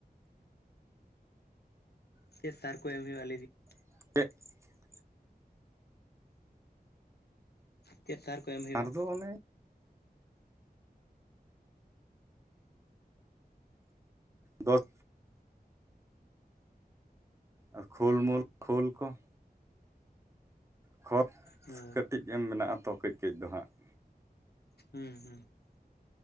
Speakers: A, on the left (about 75°); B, on the right (about 15°).
A: ᱪᱮᱫ ᱥᱟᱨ ᱠᱚ ᱮᱢ ᱦᱩᱭᱩᱜᱼᱟ ᱞᱟᱹᱭ ᱵᱤᱱ?
B: <unintelligible>
A: ᱪᱮᱫ ᱥᱟᱨ ᱠᱚ ᱮᱢ ᱦᱩᱭᱩᱜᱼᱟ?
B: ᱟᱨᱫᱚ ᱚᱱᱮ ᱫᱚᱥ ᱟᱨ ᱠᱷᱳᱞ ᱢᱳᱞ ᱠᱷᱳᱞ ᱠᱚ ᱾ ᱠᱷᱚᱛ
A: ᱦᱩᱸ ᱾
B: ᱠᱟᱹᱴᱤᱡ ᱮᱢ ᱢᱮᱱᱟᱜᱼᱟ ᱛᱚ ᱠᱟᱹᱡ ᱠᱟᱹᱡ ᱫᱚ ᱦᱟᱸᱜ ᱾
A: ᱦᱩᱸ ᱦᱩᱸ ᱾